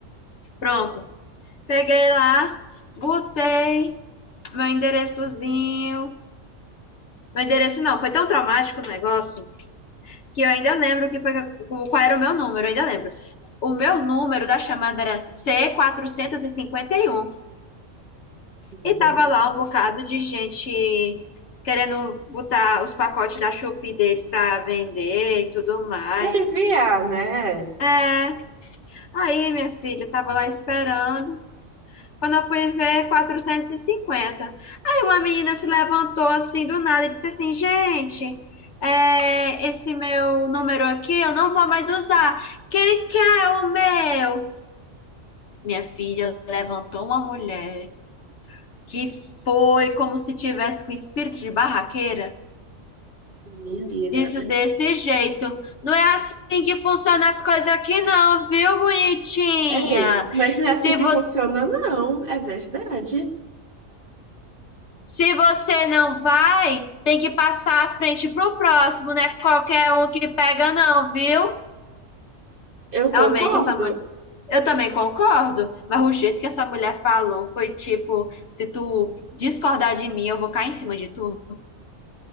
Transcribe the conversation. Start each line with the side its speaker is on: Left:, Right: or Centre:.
Left: Pronto. Peguei lá, botei meu endereçozinho. Meu endereço não, foi tão traumático o negócio. que eu ainda lembro que foi qual era o meu número, eu ainda lembro. O meu número da chamada era C451 e cinquenta e um.
Right: Misericórdia.
Left: E tava lá um bocado de gente querendo botar os pacotes da Shopee deles para vender e tudo mais.
Right: Pra enviar, né?
Left: É, aí minha filha eu tava lá esperando Quando eu fui ver, 450, Aí uma menina se levantou assim do nada e disse assim: Gente, é, esse meu número aqui eu não vou mais usar. Quem quer o meu? Minha filha levantou uma mulher que foi como se tivesse com espírito de barraqueira.
Right: Menina.
Left: Disse desse jeito: Não é assim que funcionam as coisas aqui, não, viu, bonitinha?
Right: Ei, mas não é
Left: Se
Right: assim que
Left: você
Right: funciona, não. É verdade.
Left: Se você não vai, tem que passar a frente pro próximo, né? Qualquer um que pega, não, viu?
Right: Eu concordo.
Left: Realmente, essa mulher. Eu também concordo, mas o jeito que essa mulher falou foi tipo: se tu discordar de mim, eu vou cair em cima de tu.